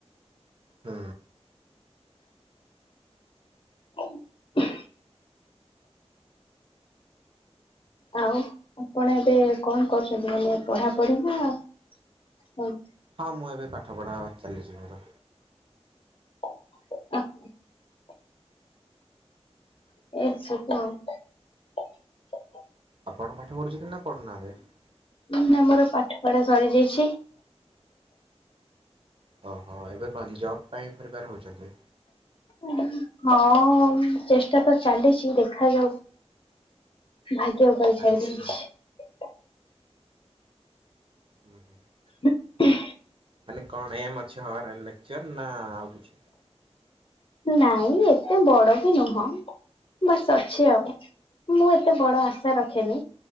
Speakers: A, on the right; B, on the left.
A: ହୁଁ।
B: <inaudible> ଆଉ ଆପଣ ଏବେ କଣ କରୁଛନ୍ତି ମାନେ? ପଢାପଢିିବା ନା କଣ?
A: ହଁ ମୁଁ ଏବେ ପାଠ ପଢ଼ା ଚାଲିଛି ମୋର।
B: <unintelligible> <unintelligible>
A: ଆପଣ ପାଠ ପଢୁଛନ୍ତି ନା ପଢୁନାହାଁନ୍ତି?
B: ନା ମୋର ପାଠ ପଢା ସରିଯାଇଛି।
A: ଓହୋ ଏବେ କଣ ଜବ୍ ପାଇଁ ପ୍ରିପେଆର୍ ହଉଛନ୍ତି?
B: ଉଁ ହଁ ଚେଷ୍ଟା ତ ଚାଲିଛି ଦେଖାଯାଉ। ଭାଗ୍ୟ ଉପରେ ଛାଡ଼ିଦେଇଛି।
A: ଆଚ୍ଛା। ଉଁ ହୁଁ।
B: <inaudible>
A: ମାନେ କଣ ଏମ୍ ଅଛି ହବାର ଲେକ୍ଚର୍ ନା ଆଉ କିଛି?
B: ନାଇଁ ଏତେ ବଡ ବି ନୁହଁ। ବାସ୍ ଅଛି ଆଉ। ମୁଁ ଏତେ ବଡ ଆଶା ରଖେନି।